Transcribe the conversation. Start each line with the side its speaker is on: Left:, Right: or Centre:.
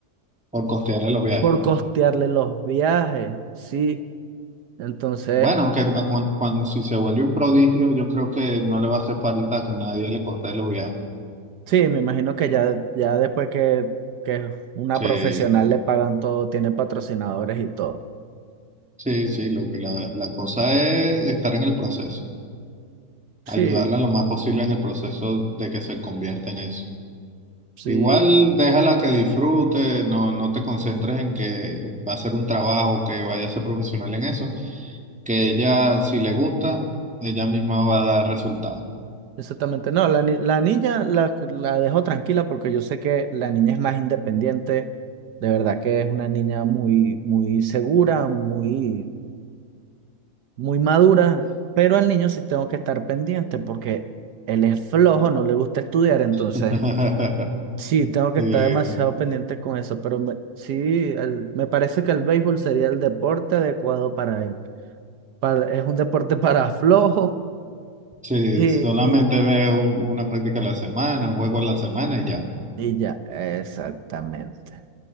Centre: por costearle los viajes.
Right: por costearle los viajes. Sí. Entonces,
Centre: Bueno, aunque a- cuan- cuan- si se vuelve un prodigio, yo creo que no le va a hacer falta que nadie le costee los viajes.
Right: Sí, me imagino que ya, ya después que, que una
Centre: Sí,
Right: profesional le pagan todo, tiene patrocinadores y todo.
Centre: sí, sí, lo que la, la cosa es estar en el proceso,
Right: Sí,
Centre: ayudarla lo más posible en el proceso de que se convierta en eso.
Right: sí,
Centre: Igual déjala que disfrute, no, no te concentres en que va a ser un trabajo, que vaya a ser profesional en eso, que ella, si le gusta, ella misma va a dar resultados.
Right: exactamente. No, la, ni- la niña la, la dejo tranquila porque yo sé que la niña es más independiente. De verdad que es una niña muy, muy segura, muy, muy madura. Pero al niño sí tengo que estar pendiente porque él es flojo, no le gusta estudiar, entonces.
Centre: <laughs>
Right: Sí, tengo que
Centre: Sí,
Right: estar demasiado pendiente con eso, pero me- sí, el- me parece que el béisbol sería el deporte adecuado para él. Para- es un deporte <laughs> para flojos
Centre: sí,
Right: y,
Centre: solamente
Right: y,
Centre: veo una práctica a la semana, un juego a la semana y ya.
Right: y ya, exactamente.